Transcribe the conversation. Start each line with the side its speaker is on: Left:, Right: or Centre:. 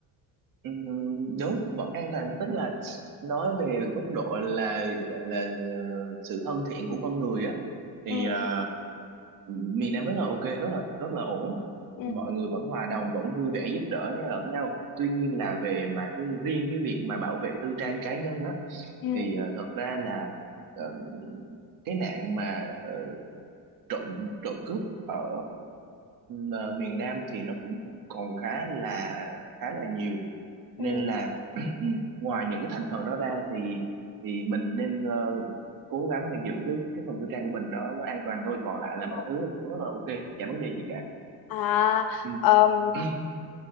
Right: Ừm, đúng vẫn an toàn tức là nói về góc độ là gọi là ờ, sự thân thiện của con người á thì
Left: Ừ
Right: ờ, miền Nam rất là ok rất là rất là ổn
Left: ừ
Right: mọi người vẫn hòa đồng vẫn vui vẻ giúp đỡ nhau lẫn nhau tuy nhiên
Left: ừ
Right: là về mà cái riêng cái việc mà bảo vệ tư trang cá nhân á
Left: ừ
Right: thì ờ, thật ra là ờ, cái nạn mà ờ, trộm trộm cướp ở ờ, miền Nam thì nó cũng còn khá là khá là nhiều
Left: ừ.
Right: nên
Left: ừ.
Right: là <clears throat> ngoài những cái thành phần đó ra thì thì mình nên ờ, cố gắng mà giữ cái cái cái phần tư trang của mình đó nó an toàn thôi còn lại
Left: Ờ.
Right: là mọi thứ rất là ok chả vấn đề gì cả
Left: À
Right: Ừm.
Left: ờm,
Right: <clears throat>